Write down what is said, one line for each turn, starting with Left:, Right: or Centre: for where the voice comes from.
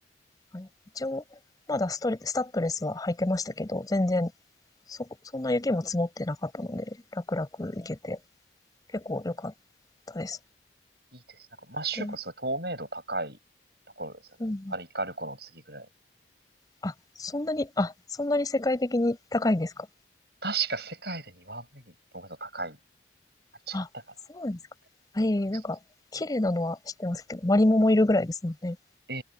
Left: はい、一応、まだストレスタッドレスは履いてましたけど、全然、そ、そんな雪も積もってなかったので、楽々行けて、結構良かったです。
Right: いいです。なんか、摩周湖すごい透明度高いところですよね。
Left: で、うん。
Right: パリカル湖の次ぐらいに。
Left: あ、そんなに、あ、そんなに世界的に高いんですか
Right: 確か世界で2番目に透明度高い。あ、違ったかな。
Left: あ、そうなんですか。ええなんか、
Right: イメージ
Left: 綺麗なのは知ってますけど、マリモもいるぐらいですもんね。
Right: ええ、